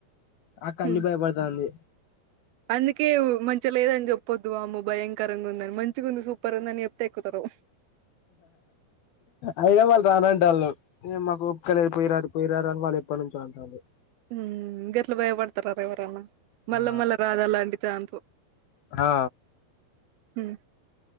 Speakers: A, on the left; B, on the right.
A: ఆ అక్క
B: హ్మ్
A: అన్ని భయపడుతుంది
B: అందుకే మంచి లేదని చెప్పొద్దు అమ్మో భయంకరంగా ఉందని మంచిగా ఉంది సూపర్ ఉంది అని చెప్తే ఎక్కుతారు
A: అయిన వాళ్ళు రానంటలు వాళ్ళు నేను మా ఓపికల్ పోయిరారు పోయిరారు అని వాళ్ళు ఎప్పటి నుంచో అంతుంది
B: ఉ గట్ల బయపడు తరతా ఎవరన్నా మళ్ళా
A: ఆ
B: మళ్ళా రాదా అలాంటి ఛాన్సు
A: ఆ
B: ఉ